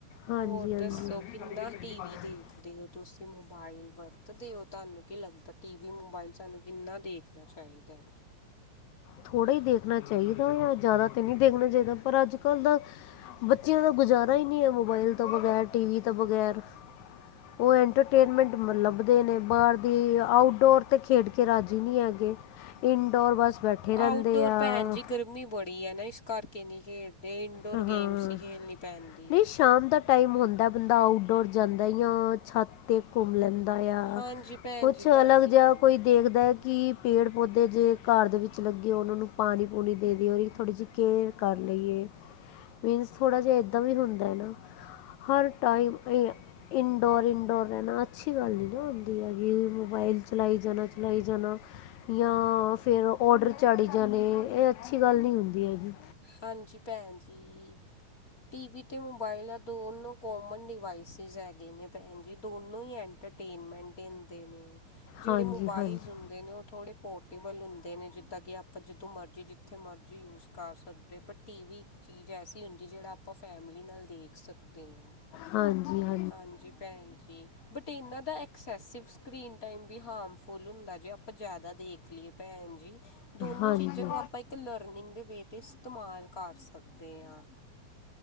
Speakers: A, on the left (about 80°); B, on the left (about 25°).
A: ਹਾਂਜੀ
B: ਹੋਰ
A: ਹਾਂਜੀ
B: ਦੱਸੋ ਕਿੰਨਾ ਟੀ ਵੀ ਦੇਖਦੇ ਹੋ ਤੁਸੀਂ ਮੋਬਾਇਲ ਵਰਤਦੇ ਹੋ ਤੁਹਾਨੂੰ ਕੀ ਲੱਗਦਾ ਟੀ ਵੀ ਮੋਬਾਇਲ ਸਾਨੂੰ ਕਿੰਨਾ ਦੇਖਣਾ ਚਾਹੀਦਾ
A: ਥੋੜ੍ਹਾ ਹੀ ਦੇਖਣਾ ਚਾਹੀਦਾ ਜਾਂ ਜ਼ਿਆਦਾ ਤਾਂ ਨਹੀਂ ਦੇਖਣਾ ਚਾਹੀਦਾ ਪਰ ਅੱਜ ਕੱਲ੍ਹ ਦਾ ਬੱਚਿਆਂ ਦਾ ਗੁਜ਼ਾਰਾ ਹੀ ਨਹੀਂ ਹੈ ਮੋਬਾਇਲ ਤੋਂ ਬਗ਼ੈਰ ਟੀਵੀ ਤੋਂ ਬਗੈਰ ਉਹ ਐਟਰਟੇਨਮੈਂਟ ਲੱਭਦੇ ਨੇ ਬਾਹਰ ਦੀ ਆਊਟਡੋਰ ਤੇ ਖੇਡ ਕੇ ਰਾਜ਼ੀ ਨਹੀਂ ਹੈ ਹੈਗੇ ਇੰਡੋਰ ਬੱਸ ਬੈਠੇ ਰਹਿੰਦੇ
B: ਆਊਟਡੋਰ
A: ਆ
B: ਭੈਣ ਜੀ ਗਰਮੀ ਬੜੀ ਹੈ ਨਾ ਇਸ ਕਰਕੇ ਨਹੀਂ ਖੇਡਦ ਅਤੇ ਇਨਡੋਰ
A: ਹਾਂ
B: ਗੇਮਸ ਹੀ ਖੇਡਣੀ ਪੈਂਦੀ
A: ਨਹੀਂ
B: ਹੈ
A: ਸ਼ਾਮ ਦਾ ਟਾਈਮ ਹੁੰਦਾ ਬੰਦਾ ਆਊਟਡੋਰ ਜਾਂਦਾ ਛੱਤ ਅਤੇ ਘੁੰਮ ਲੈਂਦਾ ਆ
B: ਹਾਂਜੀ ਭੈਣ
A: ਕੁਛ
B: ਜੀ ਤੁਹਾਡੀ
A: ਅਲੱਗ ਜਿਹਾ
B: ਗੱਲ
A: ਕੋਈ ਦੇਖਦਾ ਕਿ ਪੇੜ ਪੌਦੇ ਜੇ ਘਰ ਦੇ ਵਿੱਚ ਲੱਗੇ ਹੋ ਉਹਨਾਂ ਨੂੰ ਪਾਣੀ ਪੂਣੀ ਦੇ ਦਿਓ ਉਹਦੀ ਥੋੜ੍ਹੀ ਜਿਹੀ ਕੇਅਰ ਕਰ ਲਈਏ ਮੀਨਸ ਥੋੜ੍ਹਾ ਜਿਹਾ ਏਦਾਂ ਵੀ ਹੁੰਦਾ ਹੈ ਨਾ ਹਰ ਟਾਈਮ ਇਹ ਇਨਡੋਰ ਇਨਡੋਰ ਰਹਿਣਾ ਅੱਛੀ ਗੱਲ ਨਹੀਂ ਨਾ ਹੁੰਦੀ ਹੈ ਕਿ ਮੋਬਾਈਲ ਚਲਾਈ ਜਾਣਾ ਚਲਾਈ ਜਾਣਾ ਜਾਂ ਫੇਿਰ ਔਡਰ ਚਾੜੀ ਜਾਣੇ ਇਹ ਅੱਛੀ ਗੱਲ ਨਹੀਂ ਹੁੰਦੀ ਹੈਗੀ
B: ਹਾਂਜੀ ਭੈਣ ਜੀ ਟੀ ਵੀ ਅਤੇ ਮੋਬਾਇਲ ਆ ਦੋਨੋਂ ਕੋਮਨ ਡਿਵਾਈਸਿਸ ਹੈਗੇ ਨੇ ਭੈਣ ਜੀ ਦੋਨੋਂ ਹੀ ਐਂਟਰ ਮੈਂਟ ਦੇਦੇ ਨੇ ਜਿਹੜੇ
A: ਹਾਂਜੀ
B: ਮੋਬਾਇਲ
A: ਹਾਂਜੀ
B: ਦੇ ਨੇ ਉਹ ਥੋੜ੍ਹੇ ਪੋਰਟੇਬਲ ਹੁੰਦੇ ਨੇ ਜਿੱਦਾਂ ਕਿ ਆਪਾਂ ਜਦੋਂ ਮਰਜ਼ੀ ਜਿੱਥੇ ਮਰਜ਼ੀ ਯੂਜ਼ ਕਰ ਸਕ ਪਰ ਟੀ ਵੀ ਇੱਕ ਚੀਜ਼ ਐਸੀ ਹੁੰਦੀ ਜਿਹੜਾ ਆਪਾਂ ਫੈਮਲੀ ਨਾਲ ਦੇਖ ਸਕਦੇ ਹਾਂ
A: ਹਾਂਜੀ ਹਾਂ
B: ਹਾਂਜੀ ਭੈਣ ਜੀ ਬਟ ਇਹਨਾਂ ਦਾਐਕਸੈਸਿਵ ਸਕ ਰੀਨਟੈਮ ਵੀ ਹਾਰਮਫੁਲ ਹੁੰਦਾ ਜੇ ਆਪਾਂ ਜ਼ਿਆਦਾ ਦੇਖ ਲਈਏ ਭੈਣ ਜੀ ਦੋਨੋ
A: ਹਾਂਜੀ
B: ਚੀਜ਼ਾਂ ਨੂੰ ਆਪਾਂ ਇੱਕ ਲਰਨਿੰਗ ਦੇ ਵਿੱਚ ਇਸਤੇਮਾਲ ਕਰ ਸਕਦੇ ਹਾਂ